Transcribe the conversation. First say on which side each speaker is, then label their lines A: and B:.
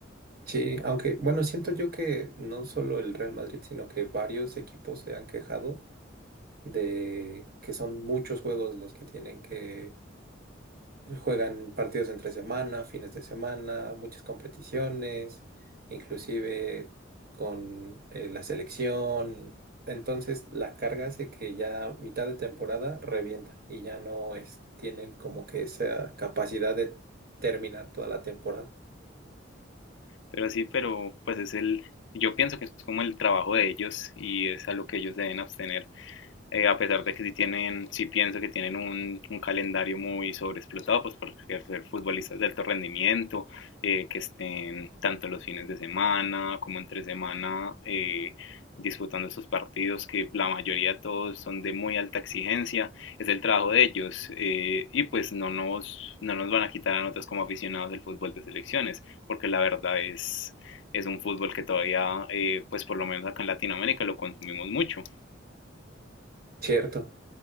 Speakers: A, on the right; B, on the left.
A: Sí, aunque bueno, siento yo que no solo el Real Madrid, sino que varios equipos se han quejado de que son muchos juegos los que tienen que Juegan partidos entre semana, fines de semana, muchas competiciones, inclusive con eh, la selección. Entonces la carga hace que ya mitad de temporada revienta y ya no es, tienen como que esa capacidad de terminar toda la temporada.
B: Pero sí, pero pues es el, yo pienso que es como el trabajo de ellos y es a lo que ellos deben abstener eh, a pesar de que sí tienen, sí pienso que tienen un, un calendario muy sobreexplotado, pues por ser futbolistas de alto rendimiento, eh, que estén tanto los fines de semana como entre semana eh, disputando estos partidos, que la mayoría de todos son de muy alta exigencia, es el trabajo de ellos, eh, y pues no nos, no nos van a quitar a nosotros como aficionados del fútbol de selecciones, porque la verdad es es un fútbol que todavía, eh, pues por lo menos acá en Latinoamérica lo consumimos mucho.
A: Cierto.